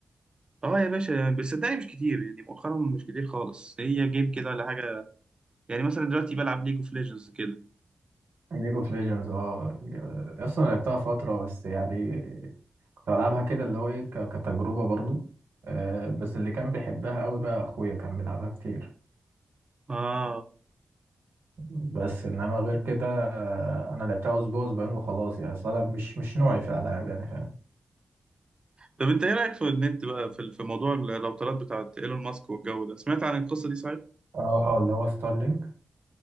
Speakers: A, on the right; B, on the right.
A: اه يا باشا يعني بس صدقني مش كتير يعني مؤخرا مش كتير خالص هي جيم كده ولا حاجة يعني مثلا دلوقتي بلعب ليج اوف ليجندز كده
B: ليج اوف ليجندز اه اصلا أنا لعبتها فترة بس يعني كنت بلعبها كده اللي هو ايه ك- كتجربة برضو آه بس اللي كان بيحبها قوي بقى اخويا كان بيلعبها كتير
A: اه
B: بس انما غير كده آه انا لعبتها اسبوع اسبوعين وخلاص يعني اصلا أنا مش مش نوعي في الالعاب يعني فاهم
A: طب انت ايه رأيك في النت بقى في في موضوع الراوترات بتاعت ايلون ماسك والجو ده سمعت عن القصة دي صحيح؟
B: اه اللي هو ستارلينك